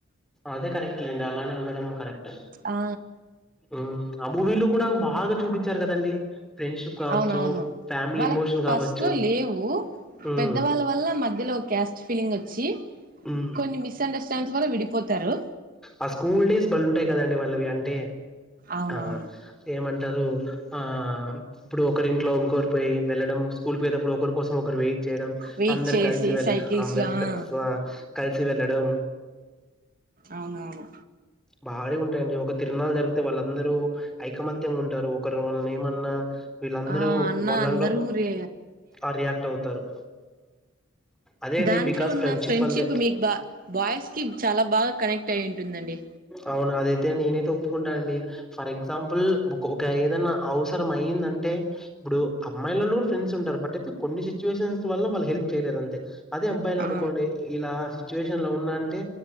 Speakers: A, in the centre; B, on the right.
A: అదే కరెక్ట్ లెండి అలానే ఉండడం కరెక్ట్
B: ఆ
A: ఉమ్ ఆ మూవీలో కూడా బాగా చూపిచారు కదండి ఫ్రెండ్షిప్ కావచ్చు
B: అవునవును
A: ఫ్యామిలీ
B: వాళ్ళకి
A: ఎమోషన్
B: ఫస్ట్లో
A: కావచ్చు
B: లేవు
A: ఉమ్
B: పెద్దవాళ్ళ వల్ల మధ్యలో ఒక్ క్యాస్ట్ ఫీలింగ్ వచ్చి
A: ఉమ్
B: కొన్ని మిస్అండర్స్టాండ్స్ వల్ల విడిపోతారు
A: ఆ స్కూల్ డేస్ బలుంటే కదండి వాళ్ళవి అంటే
B: అవునవును
A: ఆ ఏమన్ టారు ఆ ఇప్పుడు ఒకరింట్లో ఇంకోర్ పోయి వెళ్ళడం కుల్పోయేదపుడు ఒకరి కోసం ఒకరు వెయిట్ చేయడం
B: వెయిట్
A: అందరు
B: చేసి
A: కలిసి వెళ్
B: సైకిల్స్
A: అందరు
B: లో
A: త
B: ఆ
A: స్వా కలిసి వెళ్లడం
B: అవును అవును
A: భారీ గుంటయండి ఒక తిరుణాలు జరిగితే వాళ్ళందరూ ఐకమత్యంగా ఉంటారు ఒకరు వాళ్నీ ఏమన్నా వీళ్ళందరూ
B: ఆ అన్న
A: వాళ్ళల్లో
B: అందరూ రి
A: ఆ రియాక్ట్ అవుతారు అదే అండి
B: దాంట్లో
A: బికాస్
B: ఉన్న ఫ్రెండ్షిప్
A: వల్లే
B: మిక్ బా బాయ్స్ కి చాలా బాగా కనెక్ట్ అయూన్ టుందండి
A: అవును అదైతే నేనే తప్పుకుంటా అండి ఫర్ ఎగ్జాంపుల్ ఇంకా ఏదన్నా అవసర అయ్యిందంటే ఇప్పుడు అమ్మాయిల వాళ్ కూడా ఫ్రెండ్స్ ఉంటారు బట్ అయితే కొన్ని సిచ్యువేషన్స్ వల్ల వాళ్ళు హెల్ప్ చేయలేరు అంతే అదే అబ్బాయిలు అనుకోండి
B: ఆ
A: ఇలా సిట్యుయేషన్ లో ఉన్నాంటే